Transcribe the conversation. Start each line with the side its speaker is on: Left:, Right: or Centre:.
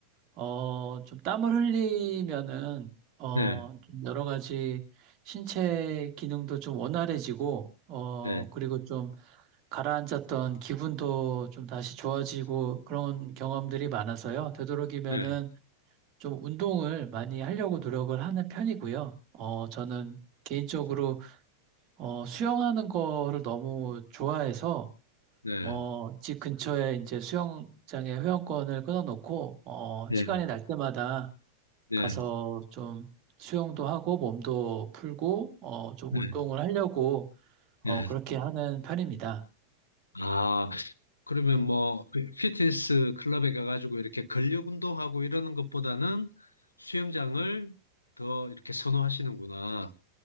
Right: 어, 좀 땀을 흘리면은, 어,
Left: 네,
Right: 좀 여러 가지 신체 기능도 좀 원활해지고, 어,
Left: 네,
Right: 그리고 좀 가라앉았던 기분도 좀 다시 좋아지고 그런 경험들이 많아서요. 되도록이면은
Left: 네,
Right: 좀 운동을 많이 하려고 노력을 하는 편이고요. 어, 저는 개인적으로, 어, 수영하는 거를 너무 좋아해서,
Left: 네,
Right: 어, 집 근처에 이제 수영장에 회원권을 끊어놓고, 어,
Left: 네,
Right: 시간이 날 때마다
Left: 네,
Right: 가서 좀 수영도 하고 몸도 풀고 어, 좀
Left: 네,
Right: 운동을 하려고 어,
Left: 네.
Right: 그렇게 하는 편입니다.
Left: 아, 그러면
Right: 네,
Left: 뭐 피트니스 클럽에 가가지고 이렇게 근력 운동하고 이러는 것보다는 수영장을 더 이렇게 선호하시는구나.